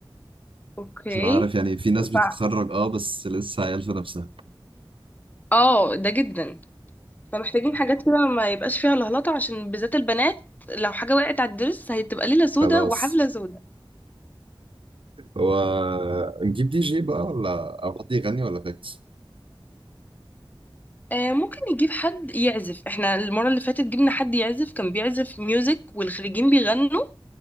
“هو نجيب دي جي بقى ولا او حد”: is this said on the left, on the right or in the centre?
Right